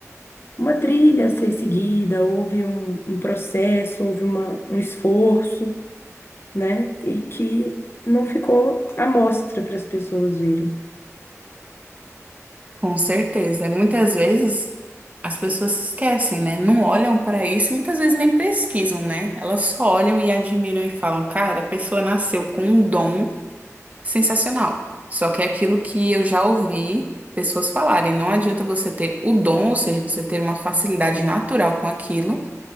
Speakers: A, on the left; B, on the right.
A: uma trilha a ser seguida, houve um, um processo, houve uma, um esforço, né? E que não ficou à mostra para as pessoas verem.
B: Com certeza. Muitas vezes as pessoas se esquecem, né? Não olham para isso e muitas vezes nem pesquisam, né? Elas só olham e admiram e falam, cara, a pessoa nasceu com um dom. Sensacional. Só que é aquilo que eu já ouvi pessoas falarem. Não adianta você ter o dom, ou seja, você ter uma facilidade natural com aquilo,